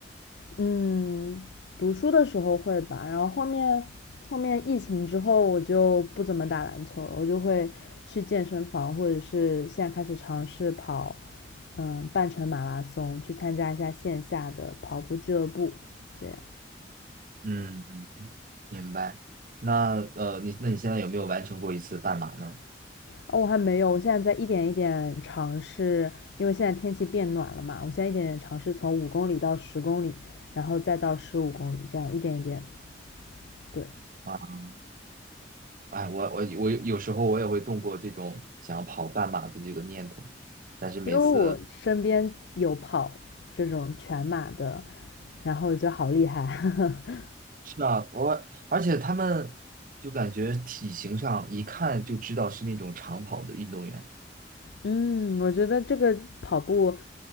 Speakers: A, on the left; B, on the right.
A: 嗯，读书的时候会吧，然后后面后面疫情之后我就不怎么打篮球了，我就会去健身房，或者是现在开始尝试跑，嗯，半程马拉松，去参加一下线下的跑步俱乐部，这样。
B: 嗯，明白。那呃，你那你现在有没有完成过一次半马呢？
A: 哦，我还没有，我现在在一点一点尝试，因为现在天气变暖了嘛，我现在一点点尝试从五公里到十公里，然后再到十五公里，这样一点一点。对，
B: 啊。哎，我我我有时候我也会动过这种想要跑半马的这个念头，但是每次
A: 因为我身边有跑这种全马的，然后我觉得好厉害。<laughs>
B: 是啊，我而且他们就感觉体型上一看就知道是那种长跑的运动员。
A: 嗯，我觉得这个跑步